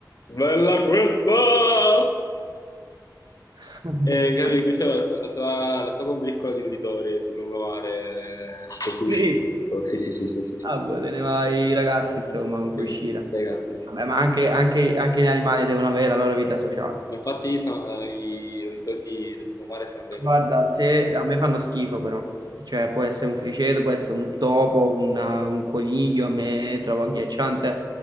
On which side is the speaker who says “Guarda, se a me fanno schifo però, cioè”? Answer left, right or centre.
Right